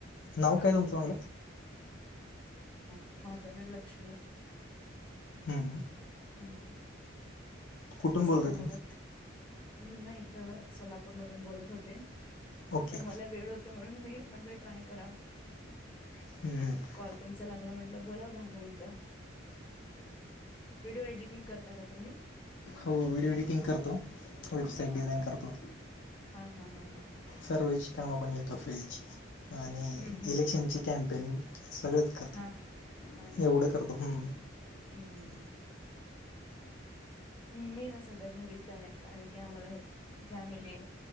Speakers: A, on the left; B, on the left.
A: नाव
B: हा
A: काय? तुमचं म्हटलं?
B: हम्म.. माझ ना लक्ष्मी.
A: ह्म्म. - ह्म्म.
B: हम्म..
A: कुठून
B: आता सध्या
A: बोलता
B: मला
A: तुम्ही
B: मी ना इकड सोलापूर मधून बोलत होते.
A: ओके
B: आता मला वेळ होत होता म्हणून मी म्हटल ट्राय कराव?
A: <inaudible>
B: कॉल तुमच लागला म्हटलं बोलाव दहा मिनिट व्हिडिओ एडिटंग करता का तुम्ही?
A: हो व्हिडिओ एडिटिंग करतो. वेबसाईट
B: हा
A: डिझाईन
B: का
A: करतो.
B: हा हा हा हा हा
A: सर्वेची काम आपण घेतो फिल्डची आणि
B: हम्म हम्म
A: इलेक्शनची कॅम्पिंग सगळंच करतो
B: हा. हा ना
A: एवढं करतो. हम्म.
B: हम्म. मी ना सध्या घरीच आहे. कारण की आम्हाला हे फॅमिली